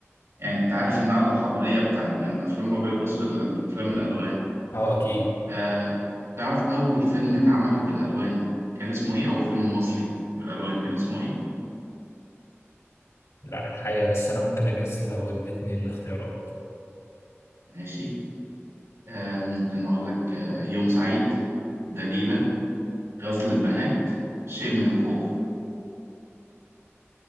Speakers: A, on the right (about 75°); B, on the left (about 80°).
A: يعني أنت عارف النقلة الحضارية بتاعت من الأفلام الأبيض والأسود لأفلام الألوان
B: اه اكيد
A: آه، تعرف أول فيلم اتعمل بالألوان كان اسمه إيه؟ أول فيلم مصري بالألوان كان اسمه إيه؟
B: لا الحقيقة بس انا ممكن اجس لو اديتني الاختيارات
A: ماشي آه، ممكن أقول لك آه، يوم سعيد دليلة غزل البنات شيء من الخوف